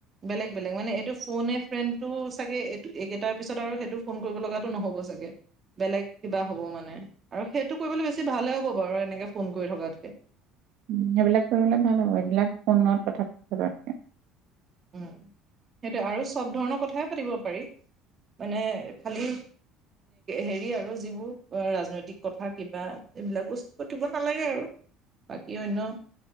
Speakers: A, on the right; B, on the right.
A: বেলেগ-বেলেগ মানে এইটো ফোনে ফ্ৰেণ্ডটো চাগে এই এইকেইটাৰ পিছত আৰু সেইটো ফোন কৰিব লগাটো নহ'ব চাগে, বেলেগ কিবা হ'ব মানে আৰু সেইটো কৰিবলৈ বেছি ভালে হ'ব বাৰু এনেকে ফোন কৰি থকাতকে
B: উ সেইবিলাক কৰিবলে ভাল হ'ব এইবিলাক ফোনত কথা পাতিব।
A: সেইটোয়ে আৰু চব ধৰণৰ কথাই পাতিব পাৰি মানে খালি হেৰি আৰু যিবোৰ ৰাজনৈতিক কথা কিবা এইবিলাক বস্তু পঠিয়াব নালাগে আৰু বাকী অন্য